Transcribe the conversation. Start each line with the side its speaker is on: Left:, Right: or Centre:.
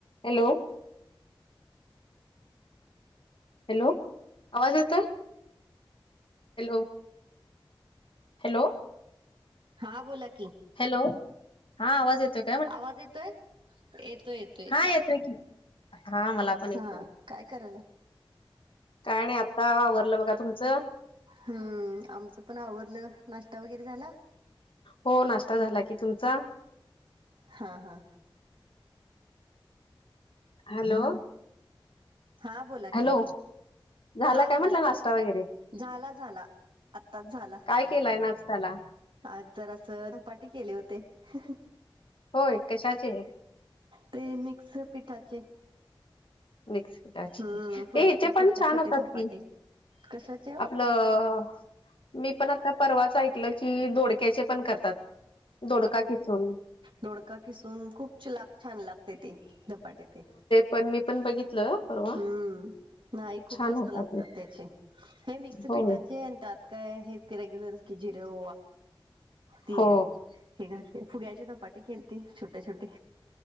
Left: Hello hello आवाज येतोय. Hello hello
Right: हा बोला की
Left: हॅलो हा आवाज येतोय -
Right: आवाज येतोय येतोय येतो येतोय
Left: हा की हा मला पण येतोय
Right: हा काय करायल
Left: काय नाही आत्ता आवररलं बघा तुमचं?
Right: हम्म आमचं पण आवरलं नाश्ता वगैरे झाला?
Left: हो नाश्ता झाला की तुमचा?
Right: हा हा
Left: हॅलो
Right: हा बोला
Left: हॅलो
Right: की
Left: झाला
Right: हा
Left: काय
Right: बोला
Left: म्हटलं नाश्ता वगैरे?
Right: झाला झाला आत्ताच झाला.
Left: काय केलाय नाश्त्याला?
Right: आज जर असं धपाटे केले होते ह हह
Left: होय कशाचे?
Right: ते मिक्स पिठाचे.
Left: मिक्स पिठाचे
Right: हम्म फुग्याचे
Left: ये याचे पण
Right: छोटे
Left: छान
Right: छोटे
Left: होतात
Right: धपाटे
Left: की.
Right: कशाचे हो
Left: आपलं मी पण आता परवाच ऐकलं कि दोडक्याचे पण करतात दोडका खिचून
Right: धोडका किसून खूप ला छान लागते तेी झपाटी ते
Left: पण मी पण बघितलं परवा
Right: हम्म नाही खूप
Left: छान
Right: मस्त
Left: होता
Right: लागतात
Left: ते
Right: त्याचे हे मिक्स
Left: हो,
Right: पीठाचेतात काय हे रेग्युलर्स कि जरो तीळ
Left: हो.
Right: हे घातले फुग्यायची धपाटे खेळते छोटे छोटी.